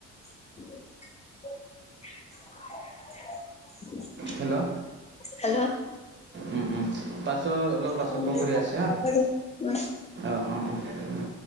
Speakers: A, on the left (about 20°); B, on the right (about 40°).
A: <inaudible>
B: হেল্ল'
A: হেল্ল'
B: উম উম পাছৰ অলপ পাছৰ
A: উম,
B: কলকৰি আছে
A: হ'ব
B: হা
A: দে উম।
B: অ অ অ